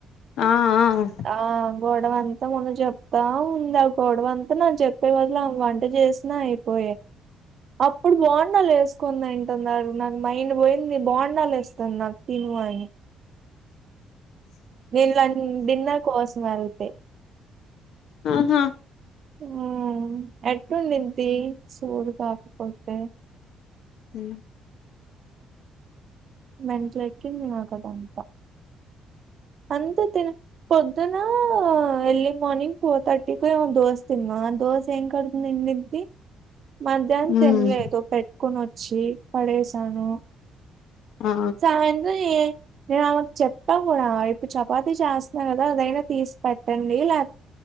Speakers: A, on the left; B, on the right.
A: ఆ ఆ ఉ
B: ఆ గోడవంతా మొన్న చెప్తా ఉందా అ గొడవ అంతా నాక్ జెప్పే బదులు వంట చేసినా అయిపోయే అప్పుడు బోన్డాలేసుకుని తిన్టన్ది నాకు మైండ్ పోయింది బొండాలేస్ నాక్ పిలువయని నేనిల్ డిన్నర్ కోసం ఎళ్తే
A: ఊహు
B: ఉ ఎట్ ఉన్నిడుద్ది సోది కాకపోతే
A: ఉ
B: మెంట్లెక్కింది నాక్ అదంతా అంతా తిన్ పొద్దునా ఎర్లీ మార్నింగ్ ఫోర్ థర్టీకేమో దోస్ తిన్నా దోస ఏం కడుపు నిండిద్ది మధ్యాహ్నం
A: ఉమ్
B: తినలేదు పె క్కొనివోచ్చి పడేసాను
A: ఆ
B: సాయంత్రం ఎ నేను ఆమెకు చెప్పా గూడా మీ చపాతి చేస్తున్నా గదా అదైనా తీసి పెట్టండి లేక్